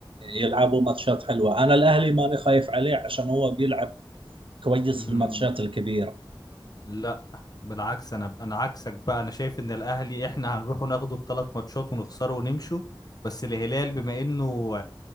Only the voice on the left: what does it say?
مم.
لا بالعكس انا انا عكسك بقى انا شايف ان الاهلي احنا هنروح ناخده الثلاث ماتشات ونخسره ونمشوا بس الهلال بما انه